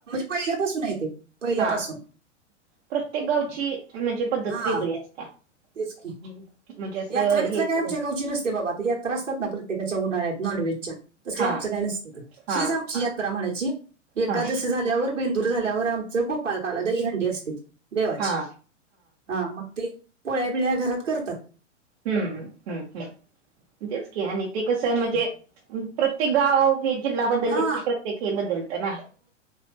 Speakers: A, on the right; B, on the right.
A: पहिल्यापासूनय ते पहिल्यापासून
B: हा प्रत्येक गावची म्हणजे पद्धत
A: हा
B: वेगळी असत्या.
A: तेच की
B: हम् म्हणजे असं
A: यात्रा बित्रा
B: हे सगळ
A: काय आमच्या गावची नसते बाबा त्या यात्रा असतात ना प्रतेकाच्या उन्हाळ्यात नॉनव्हेजच्या तसलं
B: हा
A: आमचं काही नसत ते
B: हा
A: हीच आमची
B: हा
A: यात्रा म्हणायची एकादशी
B: हा
A: झाल्यावर बे दूर झाल्यावर आमचं गोपाळकाला दहीहंडी असते देवाची
B: हा
A: हा मग ते पोळ्या बिळ्या घरात करतात.
B: हम्म हम्म हम्म तेच की आणि ते कसं
A: हम्म.
B: म्हणजे प्रत्येक गाव हे जिल्हा बदल
A: हा
B: कि प्रत्येक हे बदलत ना